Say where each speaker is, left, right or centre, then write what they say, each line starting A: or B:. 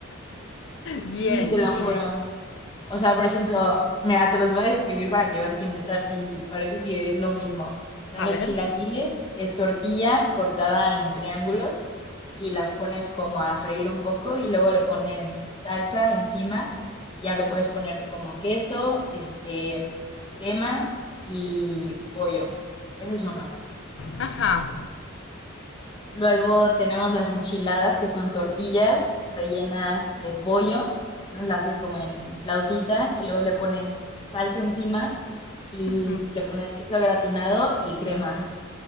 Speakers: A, on the left (about 65°); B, on the left (about 25°).
A: Bien,
B: sí, te lo
A: bien.
B: juro. O sea, por ejemplo, mira, te los voy a describir para que veas que neta sí parece que es lo mismo. O sea,
A: A
B: los
A: ver.
B: chilaquiles es tortilla cortada en triángulos y las pones como a freír un poco y luego le pones salsa encima y ya le puedes poner como queso, este, crema y pollo. Ese es uno.
A: Ajá.
B: Luego tenemos las enchiladas, que son tortillas rellenas de pollo. Entonces las haces como en flautita y luego le pones salsa encima y
A: Mm.
B: le pones queso gratinado y crema.